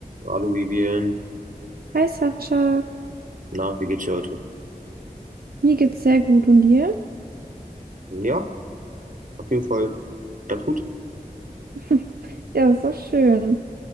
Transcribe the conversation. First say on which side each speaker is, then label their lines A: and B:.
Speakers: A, on the right (about 60°); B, on the right (about 85°).
A: Hallo Vivian,
B: Hi Sascha,
A: na, wie geht's dir heute?
B: mir geht's sehr gut und dir?
A: Ja, auf jeden Fall ganz gut.
B: <laughs> Ja, ist doch schön.